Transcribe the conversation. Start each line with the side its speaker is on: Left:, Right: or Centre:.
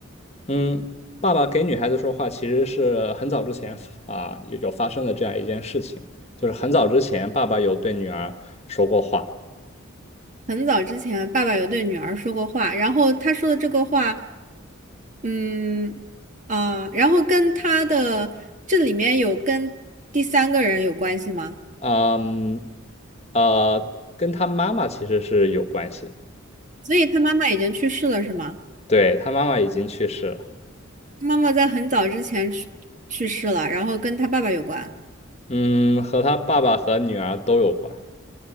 Left: 嗯，爸爸给女孩子说话其实是很早之前啊，有有发生的这样一件事情，就是很早之前爸爸有对女儿说过话，
Right: 很早之前，爸爸有对女儿说过话，然后他说的这个话，嗯啊，然后跟他的这里面有跟第三个人有关系吗？
Left: 嗯，呃，跟他妈妈其实是有关系的。
Right: 所以他妈妈已经去世了是吗？
Left: 对，他妈妈已经去世了。
Right: 妈妈在很早之前去去世了，然后跟他爸爸有关，
Left: 嗯，和他爸爸和女儿都有关。